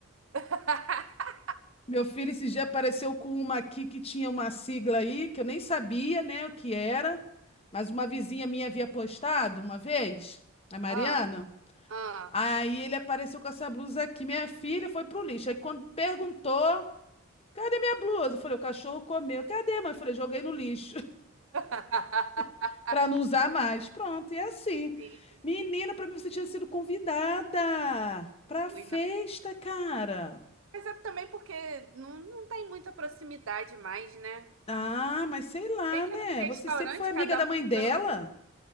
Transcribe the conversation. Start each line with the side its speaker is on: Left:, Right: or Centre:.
Right: <laughs>
Left: Meu filho esse dia apareceu com uma aqui que tinha uma sigla aí, que eu nem sabia, né, o que era, mas uma vizinha minha havia postado uma vez, a Mariana.
Right: Ah, ah.
Left: Aí ele apareceu com essa blusa aqui. Minha filha foi pro lixo. Aí quando perguntou, cadê minha blusa? Eu falei, o cachorro comeu. Cadê, mãe? Eu falei, joguei no lixo
Right: <laughs>
Left: <laughs> pra não usar mais. Pronto, e é assim.
Right: Sim,
Left: Menina, pra mim você tinha sido convidada pra
Right: fui,
Left: festa,
Right: não.
Left: cara.
Right: Mas é também porque não, não tem muita proximidade mais, né?
Left: Ah, mas sei lá,
Right: Bem que
Left: né?
Right: no restaurante
Left: Você sempre foi amiga
Right: cada
Left: da
Right: um
Left: mãe dela?
Right: pagando.